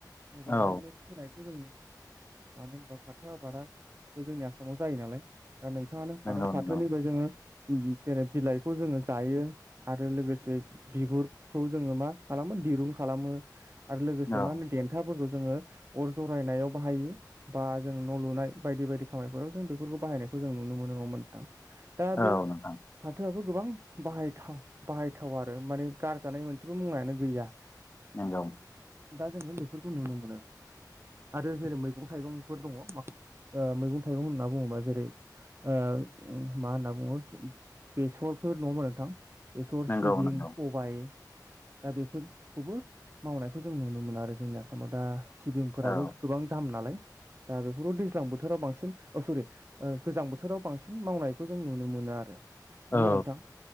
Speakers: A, on the right; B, on the left.
A: मोजाङैनो
B: औ
A: <inaudible> होनायखौ जों नुो मानो होनबा फाथो आबादाबो जोंनि आसामाव जायो नालाय दा नोंथाङानो
B: नंगौ
A: गारां फाथोनिफ्राय
B: नंगौ
A: जोङो जेरै बिलाइखौ जोङो जायो। आरो लोगोसे बिगुरखौ जोङो मा खालामो दिरुं खालामो। आरो लोगोसे
B: औ
A: मा होनो देन्थाफोरखौ जोङो अर जरायनायाव बाहायो बा जों न' लुनाय बायद- बायदि खामानिफोराव जों बेफोरखौ बाहायनायखौ जों नुनो मोनमोनां दा
B: औ
A: बे
B: नोंथां
A: फाथोआबो गोबां बाहायथाव बाहायथाव आरो माने गारजानाय मोनसेबो मुवायानो गैया।
B: नंगौ।
A: दा जोङो बेफोरखौ नुनो मोनो आरो जेरै मैगं थाइगंफोर दङ माखा ओ‌ मैगं थाइगं होनना बुङोबा जेरै ओ उम मा होनना बुङो बेसरफोर नङा होमबा नोंथां? बेसर,
B: नंगौ
A: सिबिं,
B: नंगौ
A: प बाय दा बेफोरखौबो मावनायखौ जों नुनो मोनो। आरो जोंनि आसामाव दा सिबिंफोराबो
B: औ
A: गोबां दाम नालाय दा बेफोरो दैज्लां बोथोराव बांसिन सरि गोजां बोथोराव बांसिन मावनायखौ जों नुनो मोनो आरो। नङा होमबा
B: औ
A: नोंथां